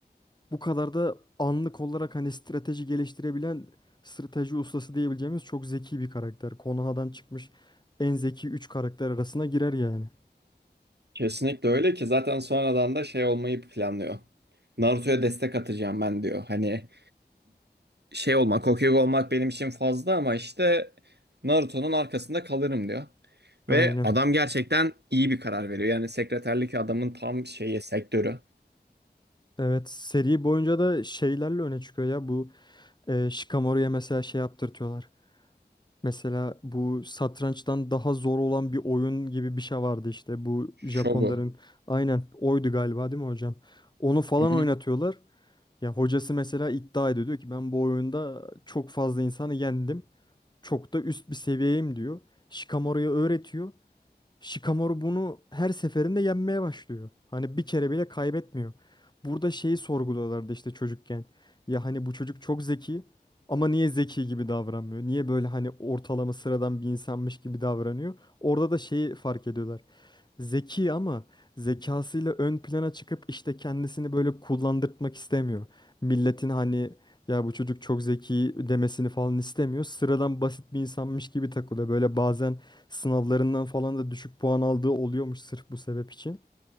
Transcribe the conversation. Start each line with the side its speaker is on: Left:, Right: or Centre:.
Left: Bu kadar da anlık olarak hani strateji geliştirebilen strateji ustası diyebileceğimiz çok zeki bir karakter. Konoha'dan çıkmış en zeki 3 karakter arasına girer yani.
Right: Kesinlikle öyle ki zaten sonradan da şey olmayı planlıyor. Naruto'ya destek atacağım ben diyor. Hani şey olmak, Hokage olmak benim için fazla ama işte Naruto'nun arkasında kalırım diyor.
Left: Aynen.
Right: Ve adam gerçekten iyi bir karar veriyor. Yani sekreterlik adamın tam şeyi sektörü.
Left: Evet seri boyunca da şeylerle öne çıkıyor ya bu e, Shikamaru'ya mesela şey yaptırtıyorlar. Mesela bu satrançtan daha zor olan bir oyun gibi bir şey vardı işte bu Japonların
Right: Shogu.
Left: aynen oydu galiba değil mi hocam? Onu falan
Right: Hı hı.
Left: oynatıyorlar. Ya hocası mesela iddia ediyor diyor ki ben bu oyunda çok fazla insanı yendim. Çok da üst bir seviyeyim diyor. Shikamaru'ya öğretiyor. Shikamaru bunu her seferinde yenmeye başlıyor. Hani bir kere bile kaybetmiyor. Burada şeyi sorguluyorlardı işte çocukken. Ya hani bu çocuk çok zeki ama niye zeki gibi davranmıyor? Niye böyle hani ortalama sıradan bir insanmış gibi davranıyor? Orada da şeyi fark ediyorlar. Zeki ama zekasıyla ön plana çıkıp işte kendisini böyle kullandırtmak istemiyor. Milletin hani ya bu çocuk çok zeki demesini falan istemiyor. Sıradan basit bir insanmış gibi takılıyor. Böyle bazen sınavlarından falan da düşük puan aldığı oluyormuş sırf bu sebep için.